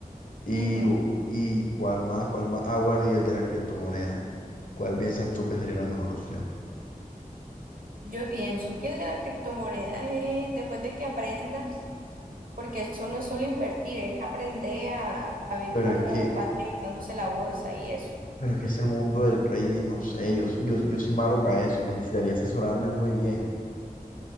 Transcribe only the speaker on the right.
Ujú.
Yo pienso que el de las criptomonedas es después de que aprendas, porque eso no es solo invertir, es aprender a, a ver
cómo
va dinamizándose la bolsa y eso.